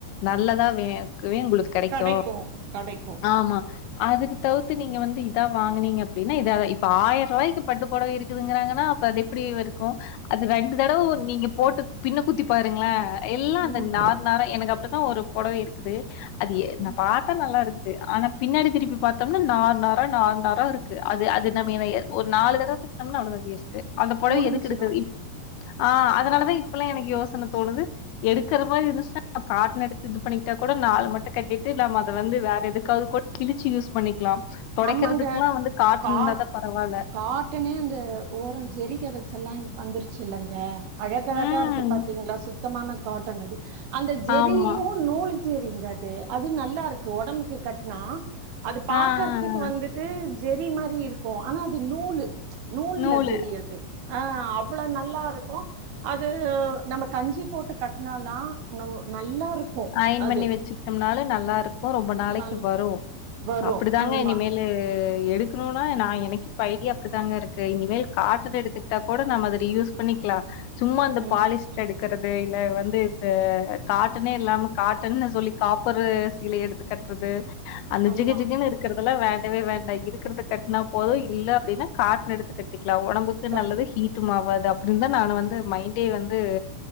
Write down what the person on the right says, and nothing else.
கடைக்கு கடைக்கு
ம்
ம்
முடிஞ்சிரும்
அம்மாங்க
கா
காட்டனே அந்த ஓரோ ஜெரிக வச்செல்லா வந்துருச்சி இல்லங்க அழகழகா
இருக்கு பாத்தீங்களா சுத்தமான காட்டன் அது அந்த ஜெரியு
நூலு ஜெரிங்க அது அது நல்லா இருக்கு ஒடம்புக்கு கட்னா அது பாக்கற்
துக்கு வந்துட்டு ஜெரி மாரி இருக்கூ ஆனா அது நூலு நூல்ல
ஜெரி அது ஆ அவ்வள நல்லா இருக்கூ அது நம்ம கஞ்சி போட்டு கட்டுனால்லா நோ ந நல்லா இருக்கும்
அது
நல்
வரும்
ஆமா
ம்
ஆமா
கட்டுக்கு